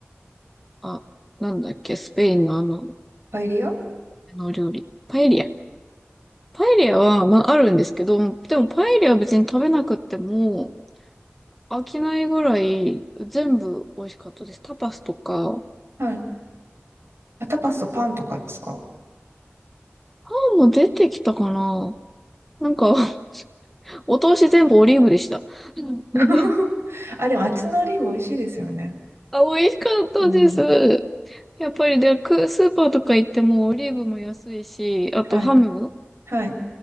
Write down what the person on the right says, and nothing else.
パエリア
はい。あ、タパスとパンとかですか
<laughs> あ、でも、あっちのオリーブ美味しいですよね。
うん。
はい。はい。